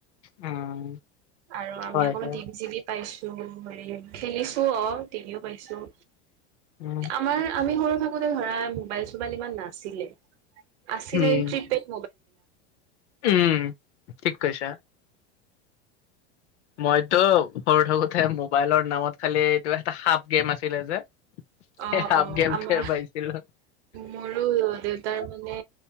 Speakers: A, on the left (about 85°); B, on the right (about 75°).
A: উম
B: আৰু আমি
A: হয়
B: অকমান
A: হয়
B: টিভি চিভি পাইছোঁ মানে খেলিছোঁ অ', টিভিও পাইছোঁ।
A: উম।
B: আমাৰ, আমি সৰু থাকোঁতে ধৰা মোবাইল চোবাইল ইমান নাছিলেই, আছিলে
A: উম
B: এই প্ৰি পেইড
A: উম, ঠিক কৈছা। মইতো সৰু থাকোঁতে মোবাইলৰ নামত খালী, এইটো এটা সাপ গেম আছিলে যে। সেই
B: অ
A: সাপ
B: অ
A: গেমটোহে
B: আমাৰ
A: পাইছিলোঁ।
B: মোৰো দেউতাৰ মানে